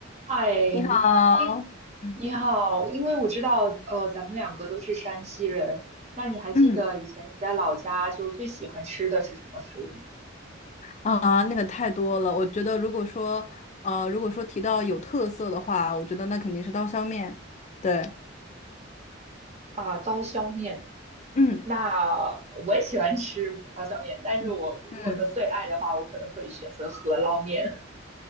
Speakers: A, on the right; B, on the left.
A: 嗨，
B: 你好，
A: 你
B: 嗯
A: 你好，因为我知道，呃，咱们两个都是山西人，那你还记得以前你在老家就最喜欢吃的是什么食物吗？
B: 嗯啊，那个太多了。我觉得如果说呃，如果说提到有特色的话，我觉得那肯定是刀削面。对，
A: 啊，刀削面。
B: 嗯
A: 那我也喜欢吃刀削面，但是我如果说最爱的话，
B: 嗯嗯
A: 我可能会选择饸饹面。